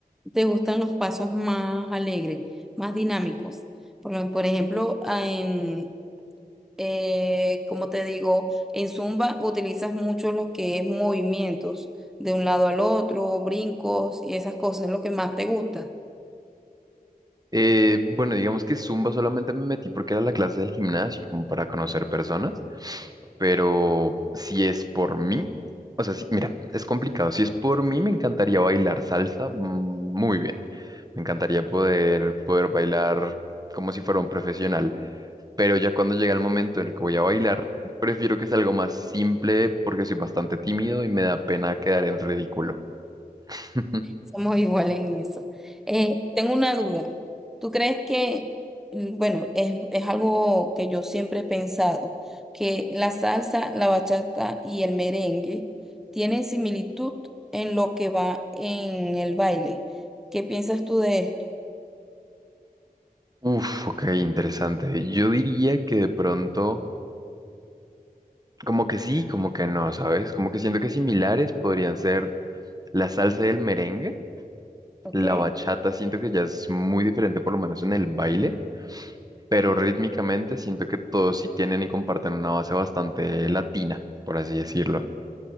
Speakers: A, in the centre; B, on the right.
A: te gustan los pasos más alegres, más dinámicos. Por, lo- por ejemplo, ah, en eh, como te digo, en Zumba utilizas mucho lo que es movimientos de un lado al otro, brincos y esas cosas, es lo que más te gusta.
B: Eh, bueno, digamos que Zumba solamente me metí porque era la clase del gimnasio, como para conocer personas, pero si es por mí, o sea, sí, mira, es complicado. Si es por mí, me encantaría bailar salsa mm, muy bien. Me encantaría poder, poder bailar como si fuera un profesional, pero ya cuando llega el momento en el que voy a bailar, prefiero que sea algo más simple porque soy bastante tímido y me da pena quedar en ridículo. <laughs>
A: Somos <laughs> iguales en eso. Eh, tengo una duda. ¿Tú crees que, mm, bueno, es, es algo que yo siempre he pensado, que la salsa, la bachata y el merengue tienen similitud en lo que va en el baile? ¿Qué piensas tú de esto?
B: Uf, ok, interesante. Yo diría que de pronto... Como que sí, como que no, ¿sabes? Como que siento que similares podrían ser la salsa y el merengue.
A: Ok.
B: La bachata siento que ya es muy diferente, por lo menos en el baile, pero rítmicamente siento que todos sí tienen y comparten una base bastante latina, por así decirlo.